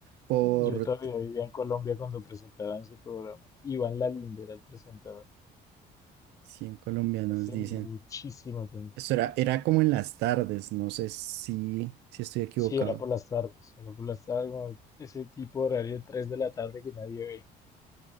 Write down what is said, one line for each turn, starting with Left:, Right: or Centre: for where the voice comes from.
Right: por
Left: yo todavía vivía en Colombia cuando presentaban ese programa. Iván Lalinde era el presentador.
Right: 100 colombianos,
Left: Hace
Right: dicen.
Left: muchísimo tiempo.
Right: Eso era, era como en las tardes, no sé si, si estoy equivocado.
Left: Sí, era por las tardes. Era por las tardes, como ese tipo de horario 3 de la tarde que nadie ve.